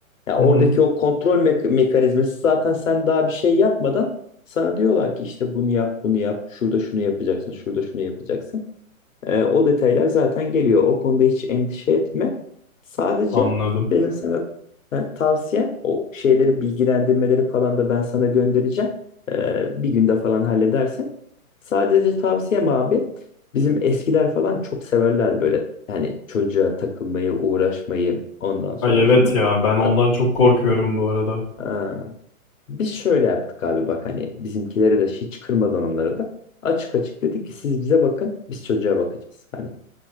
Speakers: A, on the left (about 65°); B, on the left (about 20°).
A: Ya
B: hı
A: oradaki
B: hı.
A: o kontrol mek- mekanizması zaten sen daha bir şey yapmadan sana diyorlar ki işte bunu yap, bunu yap, şurada şunu yapacaksın, şurada şunu yapacaksın. Ee, o detaylar zaten geliyor. O konuda hiç endişe etme. Sadece
B: Anladım.
A: benim sana e, tavsiyem o şeyleri bilgilendirmeleri falan da ben sana göndereceğim. Ee, bir günde falan halledersin. Sadece tavsiyem abi bizim eskiler falan çok severler böyle. Yani çocuğa takılmayı, uğraşmayı ondan sonracığıma.
B: Ay evet ya, ben ondan
A: Bak,
B: çok korkuyorum bu arada.
A: ha, biz şöyle yaptık abi bak hani bizimkilere de hiç kırmadan onları da açık açık dedik ki siz bize bakın biz çocuğa bakacağız. Hani